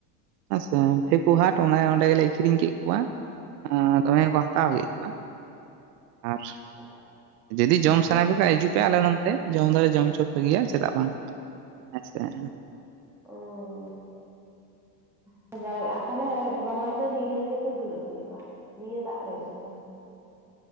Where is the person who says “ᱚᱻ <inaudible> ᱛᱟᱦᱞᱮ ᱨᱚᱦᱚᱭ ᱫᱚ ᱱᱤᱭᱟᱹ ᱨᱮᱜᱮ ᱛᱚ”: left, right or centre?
Centre